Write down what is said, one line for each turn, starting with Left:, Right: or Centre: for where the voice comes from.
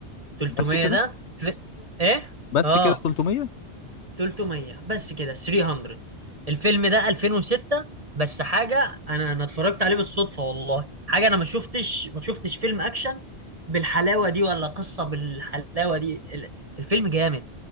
Right: 300
Left: بس كده
Right: ده في... ايه
Left: بس
Right: اه
Left: كده 300
Right: 300 بس كده 300 الفيلم ده 2006 بس حاجه انا انا اتفرجت عليه بالصدفه والله حاجه انا ما شفتش ما شفتش فيلم اكشن بالحلاوه دي ولا قصه بالحلاوه دي ال- الفيلم جامد